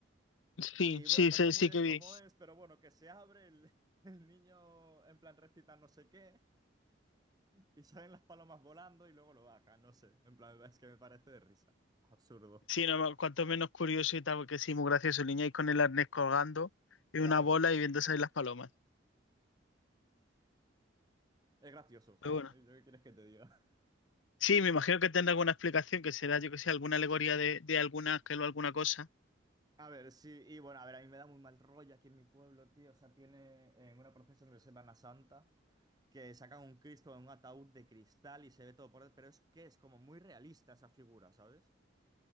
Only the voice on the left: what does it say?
Sí,
sí,
sí,
sí
que
vi.
Sí, no, cuanto menos curioso y tal, porque sí, muy gracioso. El niño ahí con el arnés colgando y
una bola y viendo salir las palomas.
Pero bueno.
Sí, me imagino que tendrá alguna explicación, que será, yo que sé, alguna alegoría de, de alguna, que o alguna cosa.